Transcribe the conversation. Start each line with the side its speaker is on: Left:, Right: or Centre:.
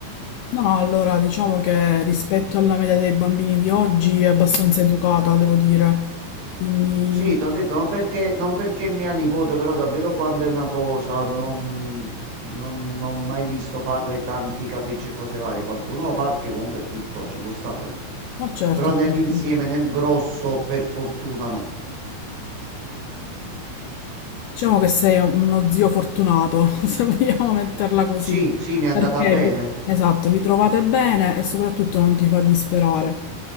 Left: No, no, allora diciamo che rispetto alla media dei bambini di oggi è abbastanza educata, devo dire. Quindi,
Right: Sì, ti ho detto, non perché, non perché mia nipote, però davvero quando è una cosa, non, non, non ho mai visto farle tanti capricci e cose varie. Qualcuno lo fa perché comunque è piccola, ci può stare.
Left: no, certo,
Right: Però nell'insieme,
Left: certo.
Right: nel grosso, per fortuna no.
Left: Diciamo che sei uno zio fortunato, <laughs> se vogliamo metterla così,
Right: Sì, sì, mi è andata
Left: perché
Right: bene.
Left: vi, esatto, vi trovate bene e soprattutto non ti fa disperare.